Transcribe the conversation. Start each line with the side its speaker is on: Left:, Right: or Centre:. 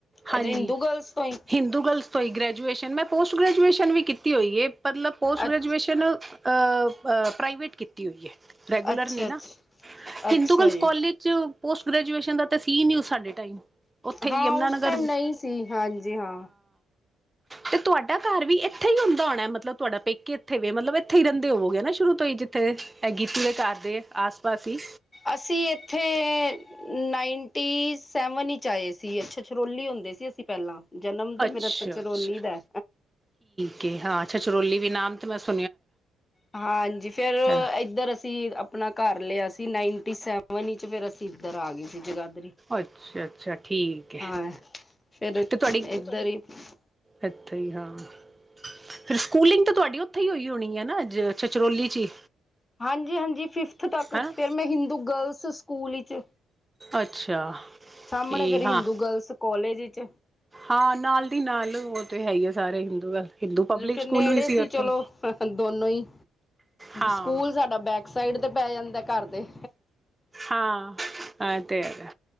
Right: ਹਾਂਜੀ
Left: ਅੱਛਾ ਹਿੰਦੂ ਗਰਲਸ ਤੋਂ ਹੀ
Right: ਹਿੰਦੂ ਗਰਲਸ ਤੋਂ ਹੀ ਗ੍ਰੈਜੂਏਸ਼ਨ ਮੈਂ ਪੋਸਟ ਗ੍ਰੈਜੂਏਸ਼ਨ ਵੀ ਕੀਤੀ ਹੋਈ ਹੈ। ਮਤਲਬ ਪੋਸਟ
Left: ਅੱ
Right: ਗ੍ਰੈਜੂਏਸ਼ਨ ਅ-ਅ। ਪ੍ਰਾਈਵੇਟ ਕੀਤੀ ਹੋਈ ਹੈ ਰੈਗੂਲਰ
Left: ਅੱਛਾ
Right: ਨਹੀਂ ਨਾ।
Left: ਅੱਛਾ ਅੱਛਾ
Right: ਹਿੰਦੂ ਗਰ੍ਲ੍ਸ
Left: ਜੀ
Right: ਕਾਲਜ ਚ ਪੋਸਟ ਗ੍ਰੈਜੂਏਸ਼ਨ ਦਾ ਸੀ ਨ ਉਹ ਸਾਡੇ ਟਾਈਮ। ਉੱਥੇ
Left: ਹਾਂ
Right: ਹੀ ਯਮੁਾਨਗਰ।
Left: ਉਸ ਟਾਈਮ ਨਹੀਂ ਸੀ ਹਾਂਜੀ ਹਾਂ।
Right: ਤੇ ਤੁਹਾਡਾ ਘਰ ਵੀ ਇੱਥੇ ਹੀ ਹੁੰਦਾ ਹੋਣਾ ਮਤਲਬ। ਤੁਹਾਡਾ ਪੇਕੇ ਇੱਥੇ ਵੇ ਮਤਲਬ ਇੱਥੇ ਹੀ ਰਹਿੰਦੇ ਹੋਵੋਗੇ ਨਾ ਸ਼ੁਰੂ ਤੋਂ ਹੀ ਜਿੱਥੇ ਗੀਤ ਦੇ ਘਰ ਦੇ ਆਸ ਪਾਸ ਹੀ।
Left: ਅਸੀਂ ਇੱਥੇ ਨਾਈਨਟੀ ਸੈਵਨ ਵਿੱਚ ਆਏ ਸੀ ਛਛਰੋਲੀ ਹੁੰਦੇ। ਹੁੰਦੇ ਸੀ ਅਸੀਂ ਪਹਿਲਾਂ ਜਨਮ ਤੇ
Right: ਅੱਛਾ
Left: ਮੇਰਾ ਛਛਰੋਲੀ
Right: ਅੱਛਾ
Left: ਦਾ।
Right: <unintelligible>
Left: ਹਾਂਜੀ ਫੇਰ
Right: ਹਾਂ
Left: ਇੱਧਰ ਅਸੀਂ। ਆਪਣਾ ਘਰ ਲਿਆ ਸੀ ਨਾਈਨਟੀ ਸੈਵਨ ਵਿੱਚ ਫਿਰ ਅਸੀਂ ਇੱਧਰ ਆ ਗਏ ਸੀ ਜਗਾਧਰੀ।
Right: ਅੱਛਾ ਅੱਛਾ ਠੀਕ ਹੈ
Left: <unintelligible>
Right: ਤੇ ਤੁਹਾਡੀ ਇੱਥੇ ਹੀ ਹਾਂ। ਫਿਰ ਸਕੂਲਿੰਗ ਤਾਂ ਤੁਹਾਡੀ ਉੱਥੇ ਹੀ ਹੋਈ ਹੋਣੀ ਹੈ ਨਾ ਚਚਰੋਲੀ ਚ ਹੀ
Left: ਹਾਂਜੀ-ਹਾਂਜੀ ਫਿਫਥ ਤੱਕ
Right: ਹੈਨਾ
Left: ਫਿਰ ਮੈਂ ਹਿੰਦੂ ਗਰਲਸ ਸਕੂਲ ਵਿੱਚ
Right: ਅੱਛਾ,
Left: ਸਾਹਮਣੇ
Right: ਕੀ
Left: ਫੇਰ
Right: ਹਾਂ
Left: ਹਿੰਦੂ ਗਰਲਸ ਕਾਲਜ ਵਿੱਚ
Right: ਹਾਂ ਨਾਲ ਦੀ ਨਾਲ ਉਹ ਤੇ ਹੈਗੀ ਆ ਸਾਰੇ ਹਿੰਦੂ ਹਿੰਦੂ ਪਬਲਿਕ
Left: ਫੇਰ
Right: ਸਕੂਲ
Left: ਨੇੜੇ
Right: ਵੀ
Left: ਸੀ
Right: ਉੱਥੇ
Left: ਚਲੋ ਦੋਨੋ ਹੀ
Right: ਹਾਂ
Left: ਸਕੂਲ ਸਾਡਾ ਬੈਕ ਸਾਈਡ ਤੇ ਪੈ ਜਾਂਦਾ ਘਰ ਦੇ
Right: ਹਾਂ ਇਹ ਤੇ ਹੈਗਾ